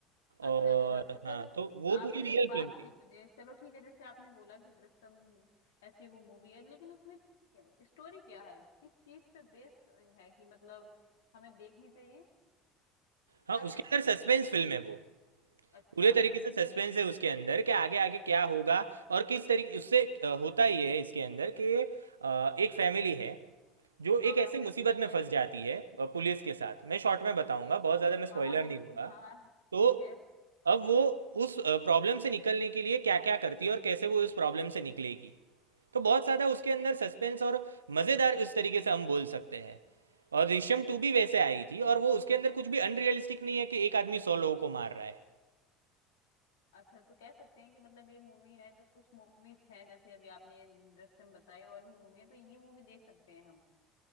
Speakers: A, on the left (about 70°); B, on the right (about 80°).
A: अच्छा
B: और
A: अच्छा तो
B: हाँ
A: पर
B: तो वो
A: आपने
B: पूरी
A: जैसे
B: रियल
A: बात
B: फिल्म थी
A: की मुझे चलो ठीक है जैसे आपने बोला कि दृश्यम ऐसी वो मूवी है लेकिन उसमें स्टोरी क्या है किस चीज पे बेस्ड है कि मतलब हमें देखनी चाहिए क्या
B: हाँ उसके
A: है ऐसा
B: अंदर
A: उसमें
B: सस्पेंस फिल्म है वो
A: अच्छा
B: पूरे तरीके
A: तो इसमें
B: से सस्पेंस है उसके अंदर कि आगे आगे क्या होगा और किस तरीके उससे अ, होता ये है इसके अंदर कि अ, एक फैमिली है जो
A: हाँ
B: एक ऐसी
A: हाँ फिर-
B: मुसीबत
A: ठीक
B: में
A: है
B: फंस जाती है अ, पुलिस
A: बि-
B: के साथ मैं शॉर्ट में बताऊंगा
A: ओके
B: बहुत ज़्यादा मैं
A: हाँ
B: स्पॉइलर
A: हाँ बिल्कुल
B: नहीं दूंगा
A: हाँ हाँ,
B: तो
A: ठीक है
B: अब वो उस प्रॉब्लम से निकलने के लिए क्या क्या करती है और कैसे वो उस प्रॉब्लम से निकलेगी तो बहुत ज़्यादा उसके अंदर सस्पेंस और मज़ेदार उस तरीके से हम बोल सकते हैं और ऋषम टू भी वैसे आई थी और वो उसके अंदर कुछ भी अनरियलिस्टिक नहीं है कि एक आदमी सौ लोगों को मार रहा है
A: अच्छा तो कह सकते हैं कि मतलब ये मूवी है जो कुछ मूवीज हैं जैसे अभी आपने ये दृश्यम बताई और भी मूवी है तो ये मूवी देख सकते हैं हम